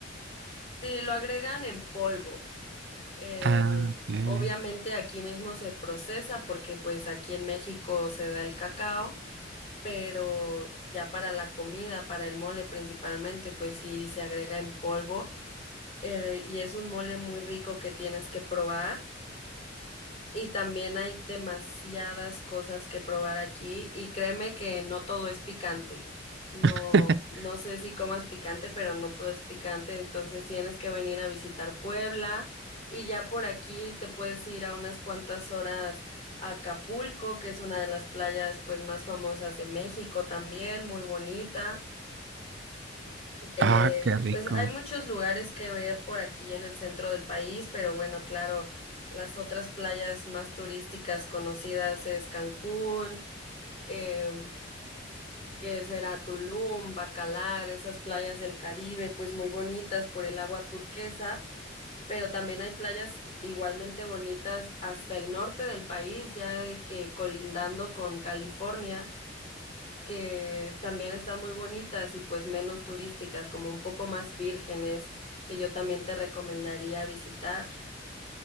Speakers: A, on the left; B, on the right.
A: Sí, lo agregan en polvo. Eh,
B: Ah, ok.
A: obviamente aquí mismo se procesa porque pues aquí en México se da el cacao. pero ya para la comida, para el mole principalmente, pues sí se agrega en polvo eh, y es un mole muy rico que tienes que probar. Y también hay demasiadas cosas que probar aquí y créeme que no todo es picante. No,
B: <laughs>
A: no sé si comas picante, pero no todo es picante, entonces tienes que venir a visitar Puebla y ya por aquí te puedes ir a unas cuantas horas a Acapulco, que es una de las playas pues más famosas de México también, muy bonita. Eh,
B: Ah, qué rico.
A: pues hay muchos lugares que ver por aquí en el centro del país, pero bueno, claro, las otras playas más turísticas conocidas es Cancún, em, que será Tulum, Bacalar, esas playas del Caribe, pues muy bonitas por el agua turquesa, pero también hay playas d- igualmente bonitas hasta el norte del país, ya de que colindando con California que también están muy bonitas y pues menos turísticas, como un poco más vírgenes, que yo también te recomendaría visitar.